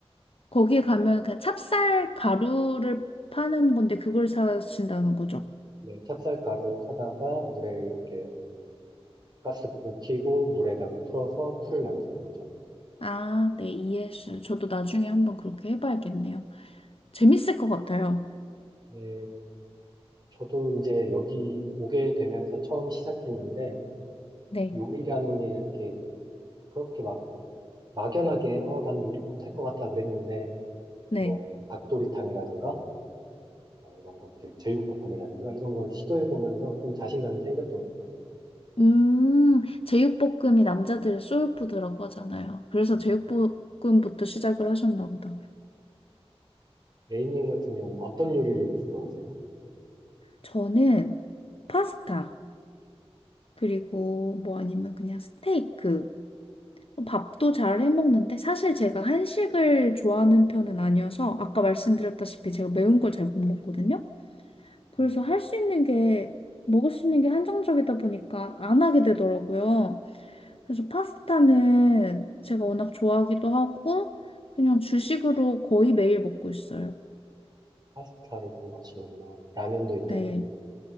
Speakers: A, on the left; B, on the right.
A: 거기에 가면 그냥 찹쌀 가루를 파는 건데 그걸 사신다는 거죠?
B: 네. 찹쌀가루를 사다가 물에 이렇게 가스불 켜고 물에다가 풀어서 풀을 만드는 거죠.
A: 아, 네, 이해했어요. 저도 나중에 한번 그렇게 해봐야겠네요. 재밌을 것 같아요.
B: 네. 저도 이제 여기 오게 되면서 처음 시작했는데
A: 네,
B: 요리라는 게 이렇게 그렇게 막 막연하게 어, 난 요리 못할 것 같아 그랬는데
A: 네.
B: 뭐 닭도리탕이라든가 뭐 이런 것들 제육볶음이라든가 이런 걸 시도해 보면서 좀 자신감이 생겼던 것 같아요.
A: 음, 제육볶음이 남자들의 소울푸드라고 하잖아요. 그래서
B: 네.
A: 제육볶음부터 시작을 하셨나 보다.
B: A님 같은 경우는 어떤 요리를 주로 하세요?
A: 저는 파스타, 그리고 뭐 아니면 그냥 스테이크. 뭐 밥도 잘 해먹는데 사실 제가 한식을 좋아하는 편은 아니어서 아까 말씀드렸다시피 제가 매운 걸 잘 못 먹거든요. 그래서
B: 음.
A: 할 수 있는 게, 먹을 수 있는 게 한정적이다 보니까 안 하게 되더라고요. 그래서 파스타는 제가 워낙 좋아하기도 하고, 그냥 주식으로 거의 매일 먹고 있어요.
B: 파스타를 좋아하시는구나. 라면도 있는데
A: 네.